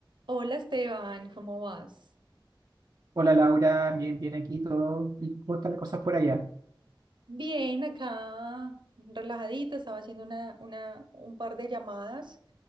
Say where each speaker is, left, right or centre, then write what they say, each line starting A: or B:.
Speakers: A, on the right (about 65°); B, on the right (about 50°).
A: Hola Esteban, ¿cómo vas?
B: Hola Laura, bien, bien aquí todo. ¿Y cómo están las cosas por allá?
A: Bien, acá relajadita, estaba haciendo una, una, un par de llamadas